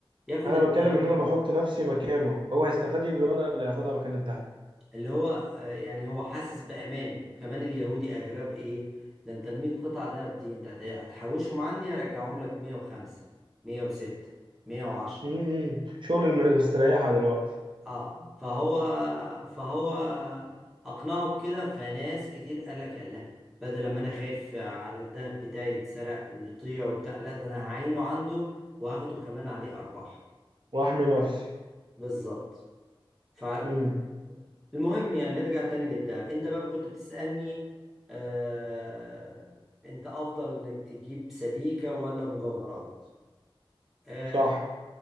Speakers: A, in the centre; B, on the right.
A: ياخد
B: انا
A: الذهب
B: بتكلم ان انا بحط نفسي مكانه هو هيستفاد ايه بالورق اللي هياخدها مكان الذهب
A: اللي هو آه، يعني هو حاسس بأمان وكمان اليهودي أغرب إيه ده أنت ال 100 قطعة دهب دي أنت هت- هتحوشهم عندي هرجعهم لك 105 106 110
B: امم شغل المستريحه دلوقتي
A: اه فهو فهو اقنعه بكده فناس كتير قال لك يلا بدل ما انا خايف على الدهب بتاعي يتسرق ويضيع وبتاع لا ده انا هعينه عنده وهاخده كمان عليه ارباح
B: واحمي نفسي
A: بالظبط فالمهم
B: امم
A: يعني نرجع تاني للدهب انت بقى كنت بتسألني آه انت افضل انك تجيب سبيكة ولا مجوهرات آه
B: صح